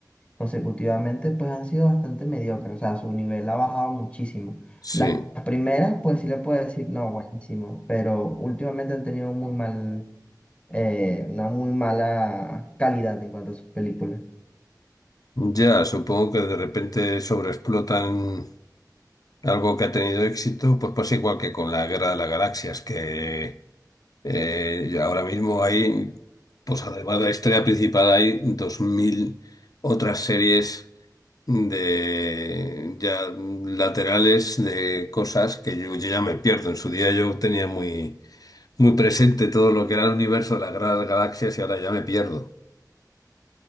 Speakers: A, on the left; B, on the left.
A: consecutivamente, pues han sido bastante mediocres, o sea, su nivel ha bajado muchísimo.
B: Sí.
A: Las primeras, pues sí le puedo decir, no, buenísimo, pero últimamente han tenido muy mal, eh, una muy mala calidad en cuanto a sus películas.
B: Ya, supongo que de repente sobreexplotan algo que ha tenido éxito, pues pasa igual que con la Guerra de las Galaxias, que eh, y ahora mismo hay, pues además de la historia principal, hay 2000 otras series de ya laterales de cosas que yo, yo ya me pierdo. En su día yo tenía muy, muy presente todo lo que era el universo de las Guerra de las Galaxias y ahora ya me pierdo.